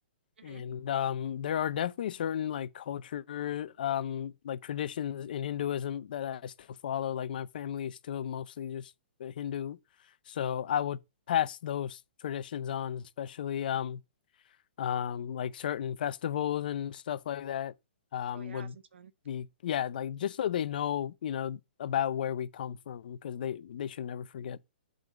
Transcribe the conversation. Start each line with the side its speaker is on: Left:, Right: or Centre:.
Right: hmm
Left: and um, there are definitely certain like culture, um, like traditions in Hinduism that I still follow. Like my family is still mostly just Hindu, so I would pass those traditions on, especially um. um like certain festivals and stuff like that um
Right: Oh, yeah,
Left: would
Right: since when?
Left: be yeah like just so they know you know about where we come from because they they should never forget